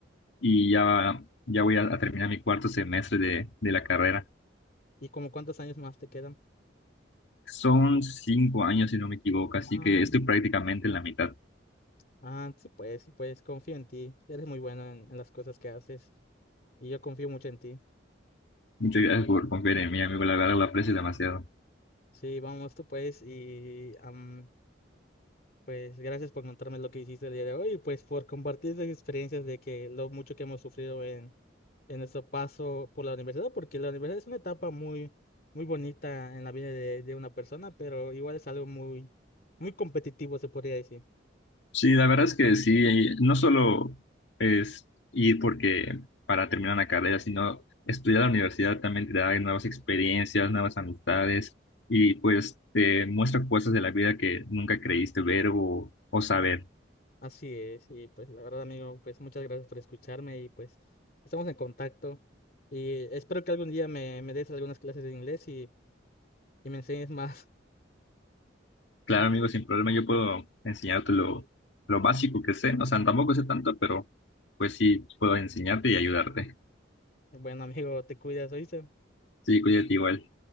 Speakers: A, on the left (about 75°); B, on the left (about 50°).
A: y ya, ya voy a, a terminar mi cuarto semestre de, de la carrera.
B: ¿Y como cuántos años más te quedan?
A: Son cinco años, si no me equivoco, así
B: Ah,
A: que estoy prácticamente en la mitad.
B: ah, sí, pues, sí, pues confío en ti. Eres muy bueno en, en las cosas que haces y yo confío mucho en ti.
A: Muchas gracias por confiar en mí, amigo. La verdad lo aprecio demasiado.
B: Sí, vamos tú pues y am, pues gracias por contarme lo que hiciste el día de hoy y pues por compartir esas experiencias de que lo mucho que hemos sufrido en en nuestro paso por la universidad, porque la universidad es una etapa muy, muy bonita en la vida de, de una persona, pero igual es algo muy, muy competitivo, se podría decir.
A: Sí, la verdad es que sí, eh, no solo es ir porque para terminar una carrera, sino estudiar en la universidad también te da nuevas experiencias, nuevas amistades y pues te muestra cosas de la vida que nunca creíste ver o, o saber.
B: Así es, y pues la verdad, amigo, pues muchas gracias por escucharme y pues estamos en contacto y espero que algún día me, me des algunas clases de inglés y, y me enseñes más. <laughs>
A: Claro, amigo, sin problema, yo puedo enseñarte lo, lo básico que sé. O sea, tampoco sé tanto, pero pues sí puedo enseñarte y ayudarte.
B: Bueno, amigo, te cuidas, oíste
A: Sí, cuídate igual.